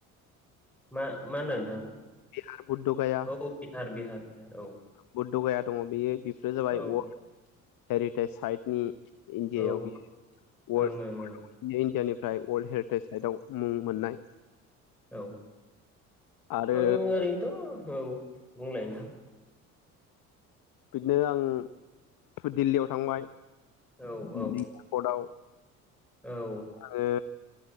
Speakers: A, in the centre; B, on the left.
A: मा मा होनो नोंथां
B: आरो बुद्ध गाया
A: औ बिहार बिहार बिहार औ
B: बुद्ध गाया दङ' बेयो बिब <unintelligible> जाबाय
A: औ
B: अर हेरिटेस साइटनि इण्डियायाव
A: औ ओं
B: बियो वर्ल्डहे
A: ओं ओं
B: <unintelligible> इण्डियानिफ्राय वर्ल्डहेरिटाइस साइदआव उम मोननाय
A: औ
B: आरो
A: आं ओरैनोथ' औ बुंलाय नोंथां
B: बिदिनो आं थु दिल्लीयाव थांबाय।
A: औ औ
B: बि एपर्टआव
A: औ
B: आरो